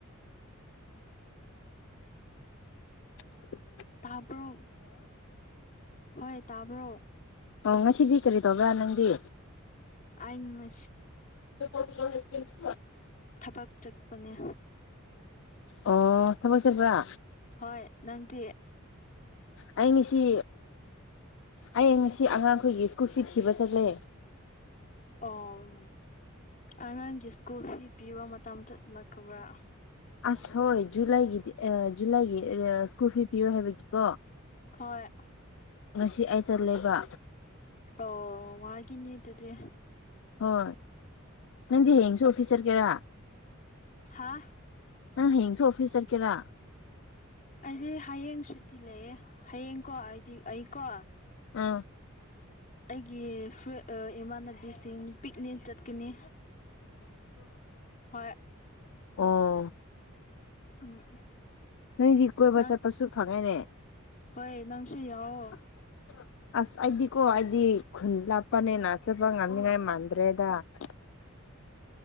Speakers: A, on the left (about 40°); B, on the left (about 65°).
A: ꯎꯝ
B: ꯑ
A: ꯇꯥꯕ꯭ꯔꯣ ꯍꯣꯏ ꯇꯥꯕ꯭ꯔꯣ
B: ꯑꯣ ꯉꯁꯤꯗꯤ ꯀꯔꯤ ꯇꯧꯕ꯭ꯔꯥ ꯅꯪꯗꯤ
A: ꯑꯩꯅ
B: ꯐꯣꯒ꯭ꯔꯥꯐ
A: ꯊꯕꯛ ꯆꯠꯄꯅꯦ
B: ꯑꯣ ꯊꯕꯛ ꯆꯠꯕ꯭ꯔꯥ
A: ꯍꯣꯏ ꯅꯪꯗꯤ
B: ꯑꯩ ꯉꯁꯤ ꯑꯩ ꯉꯁꯤ ꯑꯉꯥꯡꯈꯣꯏꯒꯤ ꯁ꯭ꯀꯨꯜ ꯐꯤꯠ ꯊꯤꯕ ꯆꯠꯂꯦ
A: ꯑꯣ ꯑꯉꯥꯡꯒꯤ ꯁ꯭ꯀꯨꯜ ꯐꯤ ꯄꯤꯕ ꯃꯇꯝ ꯆꯠꯂꯛꯈ꯭ꯔꯥꯕ꯭ꯔꯥ
B: ꯑꯁ ꯍꯣꯏ ꯖꯨꯂꯥꯏꯒꯤꯗꯤ ꯖꯨꯂꯥꯏꯒꯤ ꯁ꯭ꯀꯨꯜ ꯐꯤ ꯄꯤꯌꯣ ꯍꯥꯏꯕꯒꯤꯀꯣ
A: ꯈꯣꯏ
B: ꯉꯁꯤ ꯑꯩ ꯆꯠꯂꯕ
A: ꯑꯣ ꯃꯥꯒꯤꯅꯤ ꯇꯗꯤ
B: ꯍꯣꯏ ꯅꯪꯗꯤ ꯍꯌꯦꯡꯁꯨ ꯑꯣꯐꯤꯁ ꯆꯠꯀꯦꯔꯥ
A: ꯍꯥꯥ
B: ꯅꯪ ꯍꯦꯁꯨ ꯑꯣꯐꯤꯁꯁ ꯇꯔ ꯀꯦꯔꯥ
A: ꯑꯩꯗꯤ ꯍꯌꯦꯡ ꯁꯨꯇꯤ ꯂꯩꯌꯦ ꯍꯌꯦꯡꯀꯣ ꯑꯩꯗꯤ ꯑꯩꯀꯣ
B: ꯑꯥ
A: ꯑꯩꯒꯤ ꯏꯃꯥꯟꯅꯕꯤꯁꯤꯡ ꯄꯤꯛꯅꯤꯛ ꯆꯠꯀꯅꯤ ꯍꯣꯏ
B: ꯎꯝ
A: ꯎꯝ
B: ꯅꯪꯗꯤ ꯀꯣꯏꯕ
A: ꯅꯪ
B: ꯆꯠꯄꯁꯨ ꯐꯪꯉꯦꯅꯦ
A: ꯍꯣꯏ ꯅꯪꯁꯨ ꯌꯥꯎꯑꯣ
B: <unintelligible> ꯑꯁ ꯑꯩꯗꯤꯀꯣ ꯑꯩꯗꯤ ꯈꯨꯟ ꯂꯥꯞꯄꯅꯦꯅ ꯆꯠꯄ ꯉꯝꯅꯤꯉꯥꯏ ꯃꯥꯟꯗ꯭ꯔꯦꯗ <unintelligible>